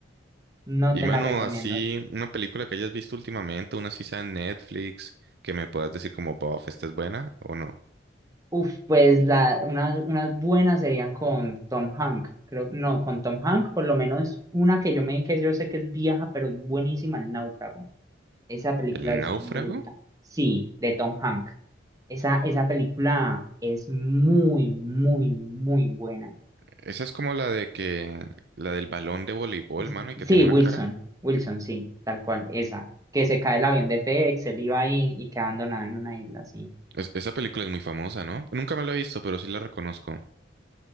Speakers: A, on the right; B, on the right.
A: No
B: Y
A: te
B: mano,
A: la recomiendo.
B: así, una película que hayas visto últimamente, una así sea en Netflix, que me puedas decir como, bof, esta es buena o no.
A: Uf, pues la, una- unas buenas serían con Tom Hank. Creo, no, con Tom Hank, por lo menos una que yo me vi que yo sé que es vieja, pero es buenísima, El Náufrago. Esa película
B: ¿El
A: es
B: náufrago?
A: bruta. Sí, de Tom Hank. Esa, esa película es muy, muy, muy buena.
B: Esa es como la de que, la del balón de voleibol,
A: Es-
B: mano, y que
A: Sí,
B: tiene
A: Wilson,
B: una cara.
A: Wilson, sí, tal cual, esa, que se cae el avión de FedEx, él iba ahí y queda abandonado en una isla, sí.
B: Es- esa película es muy famosa, ¿no? Nunca me la he visto, pero sí la reconozco.